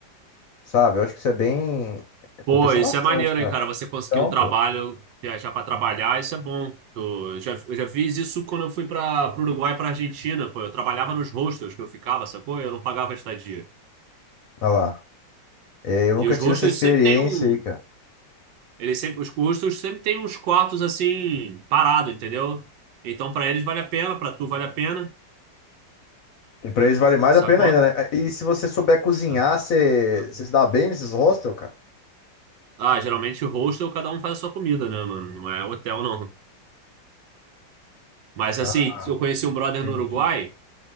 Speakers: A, on the left; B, on the right.
A: sabe? Eu acho que isso é bem.
B: Pô,
A: Compensa
B: isso
A: bastante,
B: é maneiro,
A: cara.
B: hein, cara? Você conseguir
A: Então,
B: um trabalho,
A: pô,
B: viajar pra trabalhar, isso é bom. Eu já, eu já fiz isso quando eu fui para o Uruguai, para Argentina, pô. Eu trabalhava nos hostels que eu ficava, sacou? Eu não pagava estadia.
A: olha lá. É, eu nunca
B: E os
A: tive
B: hostels
A: essa experiência
B: sempre tem um,
A: aí, cara.
B: eles sempre, os hostels sempre tem uns quartos assim parado, entendeu? Então pra eles vale a pena, pra tu vale a pena,
A: E pra eles vale mais
B: sacou?
A: a pena ainda, né? E se você souber cozinhar,
B: Ah,
A: você,
B: ah.
A: você se dá bem nesses hostels, cara?
B: Ah, geralmente hostel cada um faz a sua comida, né, mano? Não é hotel não. Mas
A: Ah,
B: assim, eu conheci um brother
A: entendi.
B: no Uruguai.